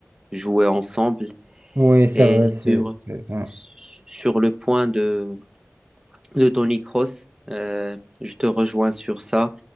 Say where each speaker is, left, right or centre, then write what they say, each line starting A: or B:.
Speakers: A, on the right; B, on the right.
A: jouer ensemble.
B: Oui, c'est
A: Et
B: vrai,
A: sur,
B: c'est, c'est- ouais,
A: sur le point de de Tony Kroos. Euh, je te rejoins sur ça.